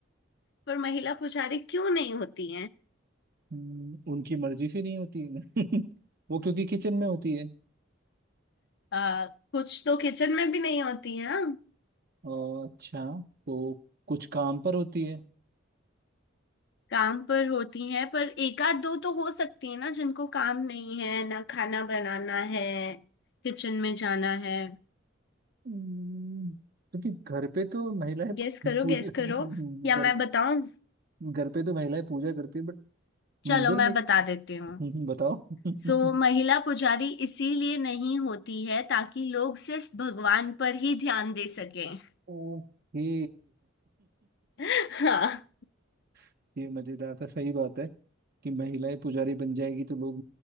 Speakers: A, on the left; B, on the right.
A: पर महिला पुजारी क्यों नहीं होती
B: हम्म, उनकी मर्जी से नहीं होती है। <laughs> वो क्योंकि किचन में होती है
A: आ, कुछ तो किचन में भी नहीं होती हैं
B: और अच्छा तो कुछ काम पर होती है
A: काम पर होती हैं पर एक आध दो तो हो सकती है ना जिनको काम नहीं है ना खाना बनाना है किचन में जाना है
B: हम्म, क्योंकि घर पे तो महिलाएं पू-
A: गेस करो
B: पूजा
A: गेस
B: <laughs>
A: करो या मैं
B: घर
A: बताऊं
B: घर पे तो महिलाएं पूजा करती है बट
A: चलो
B: मंदिर
A: मैं
B: में <laughs>
A: बता देती हूँ
B: बताओ <laughs>
A: सो महिला पुजारी इसीलिए नहीं होती है ताकि लोग सिर्फ भगवान पर ही ध्यान दे सकें
B: ओके
A: <laughs> हाँ
B: <laughs> ये मजेदार था सही बात है कि महिलाएं पुजारी बन जाएगी तो लोग